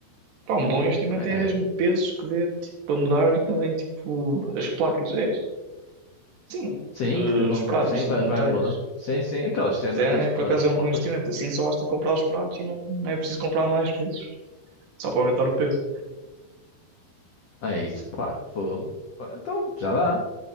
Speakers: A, on the right; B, on the left.
A: Pá, um bom investimento
B: É,
A: é mesmo
B: é,
A: pesos que dê tipo, para mudar também tipo, as placas. É, sim,
B: sim,
A: eh,
B: que devam,
A: os pratos
B: sim,
A: tipo,
B: vai-
A: de
B: vais
A: metais.
B: mudando. Sim, sim, aquelas cenas,
A: Isso é,
B: as,
A: por
B: as,
A: acaso
B: pla-
A: é um bom investimento.
B: as-
A: Assim só basta comprar os pratos e não, não é preciso comprar mais pesos. Só para aumentar o peso.
B: é isso, pá, fogo. Então, já dá.